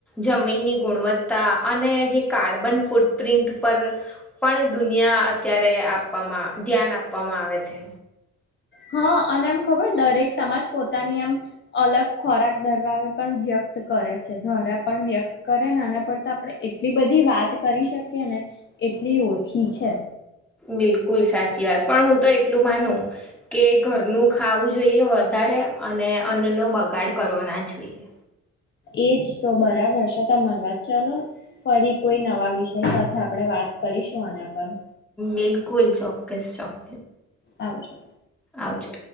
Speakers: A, in the centre; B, on the left.
A: જમીનની ગુણવત્તા, અને જે કાર્બન ફૂટપ્રિન્ટ પર પણ દુનિયા અત્યારે આપવામાં ધ્યાન આપવામાં આવે છે.
B: હા, અને એમ ખબર, દરેક સમાજ પોતાની આમ અલગ ખોરાક દરબાવે પણ વ્યક્ત કરે છે, ખરાં પણ વ્યક્ત કરેને? આના પર તો આપણે એટલી બધી વાત કરી શકીએ ને, એટલી ઓછી છે.
A: બિલકુલ સાચી વાત, પણ હું તો એટલું માનું કે ઘરનું ખાવું જોઈએ વધારે, અને અન્નનો બગાડ કરવો ના જોઈએ.
B: એજ તો બરાબર છે તમારી વાત. ચલો, ફરી કોઈ નવા વિષય સાથે આપણે વાત કરીશું આના પર.
A: બિલકુલ, ચોક્કસ, ચોક્કસ.
B: આવજો.
A: આવજો.